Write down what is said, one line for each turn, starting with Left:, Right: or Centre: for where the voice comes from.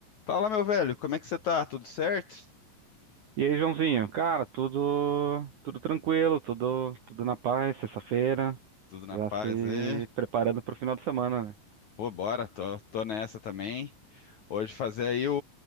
Left: Fala, meu velho, como é que você tá? Tudo certo?
Right: E aí, Joãozinho? Cara, tudo tudo tranquilo, tudo tudo na paz, sexta-feira,
Left: Tudo na
Right: já
Left: paz
Right: se
Left: aí?
Right: preparando pro final de semana, né?
Left: Pô, bora, tô, tô nessa também. Hoje fazer aí o